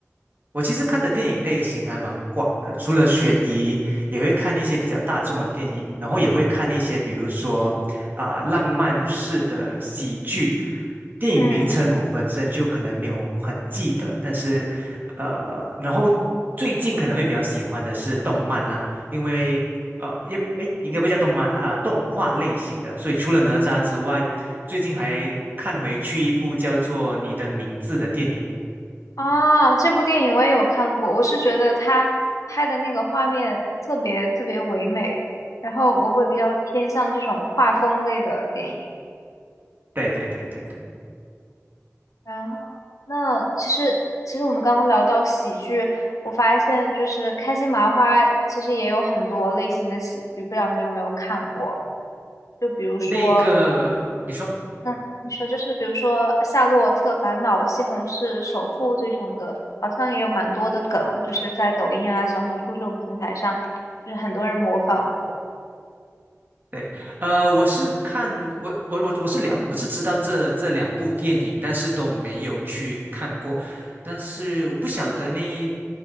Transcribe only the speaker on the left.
嗯，
啊，这部电影我也有看过，我是觉得他拍的那个画面特别特别唯美，然后我会比较偏向这种画风类的电影。
然后那其实其实我们刚刚聊到喜剧，我发现就是开心麻花其实也有很多类型的喜剧，不知道你有没有看过？就比如说，
那你说就是比如说《夏洛特烦恼》《西红柿首富》这种的，好像也有蛮多的梗，就是在抖音啊、小红书这种平台上，就是很多人模仿。